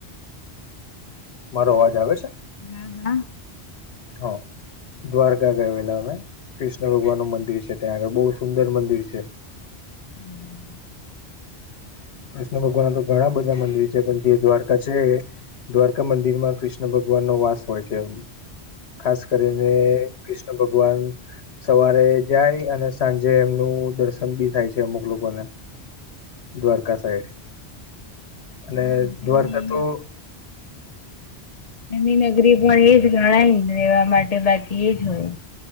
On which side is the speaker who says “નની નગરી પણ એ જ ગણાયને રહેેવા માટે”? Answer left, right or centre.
Left